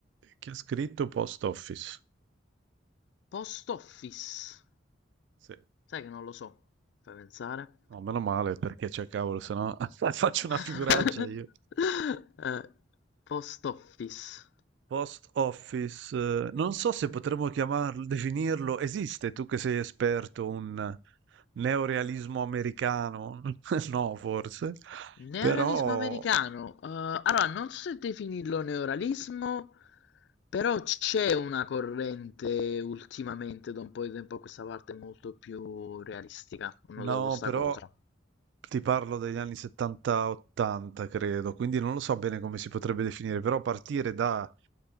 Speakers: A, on the right; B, on the left.
A: Chi ha scritto Post Office?
B: Post Office?
A: Sì.
B: Sai che non lo so, fai pensare.
A: No, meno male perché c'è cavolo, se no <laughs> faccio una
B: <laughs>
A: figuraccia io.
B: Eh, Post Office.
A: Post office, eh, non so se potremmo chiamarlo, definirlo, esiste, tu che sei esperto, un neorealismo americano? <laughs> No, forse,
B: Neorealismo
A: però,
B: americano. Eh, allora, non so se definirlo neorealismo, però c'è una corrente ultimamente, da un po' di tempo a questa parte, molto più realistica. Ho notato
A: no,
B: sta
A: però
B: cosa.
A: ti parlo degli anni 70-80, credo, quindi non lo so bene come si potrebbe definire, però partire da